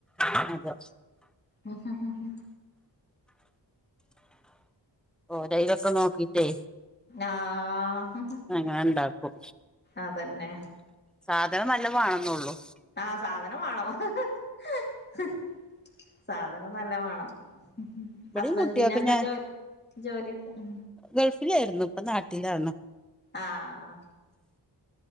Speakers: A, in the centre; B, on the left.
A: അതെ
B: ഉ ഹ ഹ ഹ്
A: ഓരൈലൊക്കെ നോക്കിട്ടേ
B: ആഹ്
A: അങ്ങനെ ഉണ്ടാക്കും
B: അതന്നെ
A: സാധനം നല്ലതേണെന്ന ഉള്ളു
B: ആഹ സാധനമാണം ഹ ഹ സാധനം നല്ല വേണം
A: ഇവിടെയും
B: ഹസ്ബൻഡിനെ
A: കുട്ടികൾക്ക്
B: എന്താ
A: ഞാൻ
B: ജോലി ജോലിയൊക്കെ ഉ
A: ഗൾഫിലായിരുന്നു ഇപ്പൊ നാട്ടിലന്ന
B: ആഹ ആഹ്